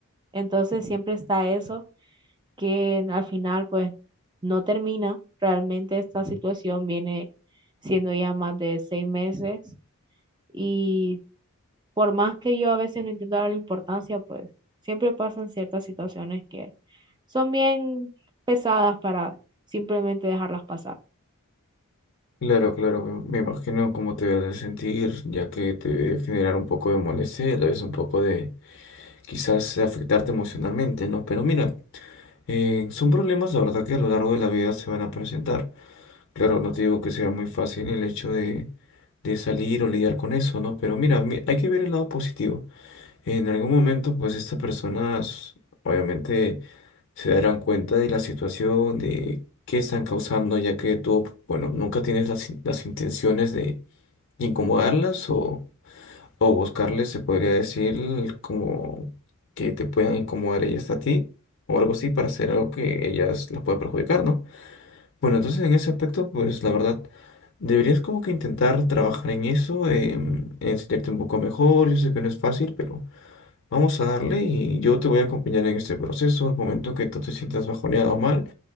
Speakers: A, on the right; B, on the left.
A: Entonces siempre está eso que al final pues no termina. Realmente esta situación viene siendo ya más de seis meses y por más que yo a veces no intento darle importancia, pues siempre pasan ciertas situaciones que son bien pesadas para simplemente dejarlas pasar.
B: claro, claro, me me imagino cómo te debes de sentir, ya que te debe generar un poco de molestia, y a la vez un poco de quizás afectarte emocionalmente, ¿no? Pero mira. Eh, son problemas, la verdad, que a lo largo de la vida se van a presentar. Claro, no te digo que sea muy fácil el hecho de, de salir o lidiar con eso, ¿no? Pero mira, mi- hay que ver el lado positivo. En algún momento, pues estas personas obviamente se darán cuenta de la situación, de qué están causando, ya que tú, bueno, nunca tienes las, in- las intenciones de incomodarlas o o buscarle, se podría decir como que te puedan incomodar ellas a ti o algo así para hacer algo que ellas las pueda perjudicar, ¿no? Bueno, entonces en ese aspecto, pues la verdad, deberías como que intentar trabajar en eso, em, en sentirte un poco mejor. Yo sé que no es fácil, pero vamos a darle y yo te voy a acompañar en este proceso. Al momento que tú te sientas bajoneado o mal,